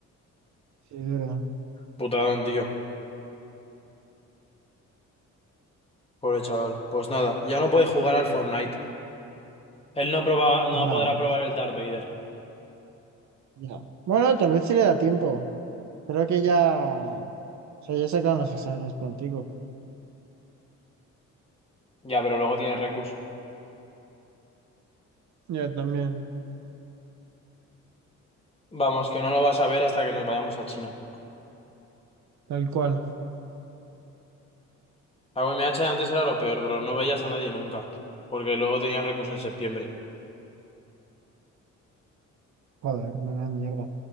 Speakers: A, on the right; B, on the left.
A: Sí, duro.
B: Putadón, tío. Pobre chaval. Pues nada, ya no puede jugar al Fortnite. Él no proba, no
A: No,
B: podrá
A: no
B: probar
A: s-
B: el Darth Vader.
A: ya. Bueno, tal vez sí le da tiempo. Creo que ya, o sea, ya sacaron los exámenes prontigo.
B: Ya, pero luego tiene Recus.
A: Ya también,
B: Vamos, que no lo vas a ver hasta que nos vayamos a China.
A: tal cual.
B: La UMH antes era lo peor, bro. No veías a nadie nunca. Porque luego tenías Recus en septiembre.
A: Joder, me da mierda.